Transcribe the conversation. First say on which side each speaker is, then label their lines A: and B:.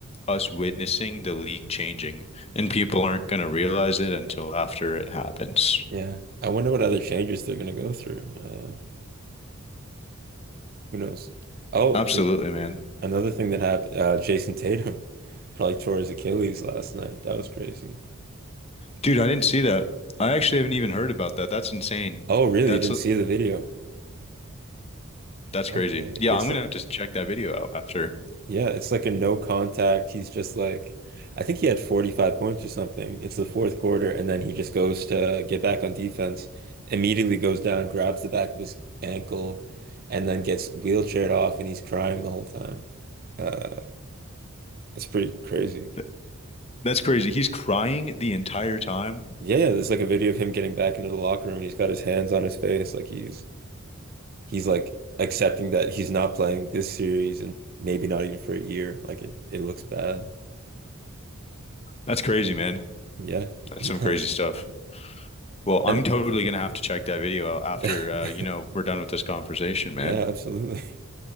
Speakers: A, on the left; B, on the right.
A: us witnessing the league changing, and people aren't gonna realize it until after it happens.
B: Yeah. I wonder what other changes they're gonna go through. Uh who knows? Oh,
A: Absolutely,
B: an
A: man.
B: another thing that happened, uh Jason Tatum <laughs> probably tore his Achilles last night. That was crazy.
A: Dude, I didn't see that. I actually haven't even heard about that. That's insane.
B: Oh, really?
A: That's
B: You didn't see the video?
A: that's crazy.
B: Okay.
A: Yeah,
B: It's
A: I'm gonna have to check that video out after.
B: Yeah, it's like a no contact. He's just like, I think he had 45 points or something. It's the fourth quarter, and then he just goes to get back on defense, immediately goes down, grabs the back of his ankle, and then gets wheelchaired off, and he's crying the whole time. Uh, it's pretty crazy.
A: Th- That's crazy. He's crying the entire time.
B: Yeah, yeah, there's like a video of him getting back into the locker room, and he's got his hands on his face, like he's he's like accepting that he's not playing this series and maybe not even for a year. Like it, it looks bad.
A: That's crazy, man.
B: Yeah,
A: That's
B: <laughs>
A: some crazy
B: nice
A: stuff. Well, I'm
B: And
A: totally gonna have to check that video out after
B: <laughs>
A: uh, you know, we're done with this conversation, man.
B: Yeah, absolutely. <laughs>